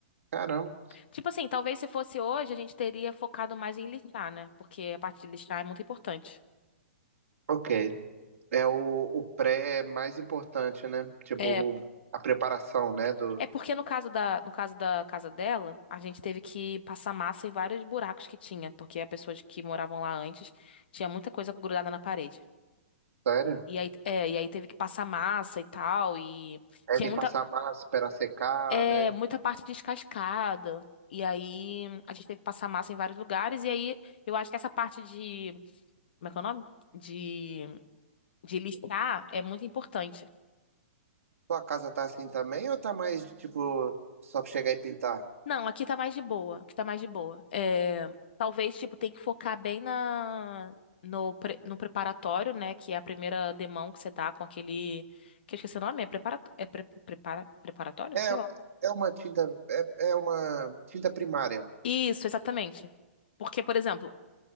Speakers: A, on the right; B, on the left.
A: Caramba.
B: Tipo assim, talvez se fosse hoje, a gente teria focado mais em lixar, né? Porque a parte de lixar é muito importante.
A: Ok. É o, o pré é mais importante, né? Tipo,
B: é
A: o- a preparação, né? Do...
B: É porque no caso da, no caso da casa dela, a gente teve que passar massa em vários buracos que tinha, porque as pessoas que moravam lá antes tinha muita coisa grudada na parede.
A: Sério?
B: E aí, é, e aí teve que passar massa e tal, e
A: É
B: tinha
A: de
B: muita,
A: passar massa para secar,
B: é,
A: né?
B: muita parte descascada. E aí a gente teve que passar massa em vários lugares, e aí eu acho que essa parte de, como é que é o nome? De, de lixar é muito importante.
A: Tua casa tá assim também ou tá mais, tipo, só pra chegar e pintar?
B: Não, aqui tá mais de boa. Aqui tá mais de boa. É, talvez, tipo, tem que focar bem na, no, pre- no preparatório, né? Que é a primeira demão que você dá com aquele. Que eu esqueci o nome, é, preparato... é pre- prepara... preparatório?
A: É,
B: Sei lá.
A: é uma tinta, é, é uma tinta primária.
B: Isso, exatamente. Porque, por exemplo,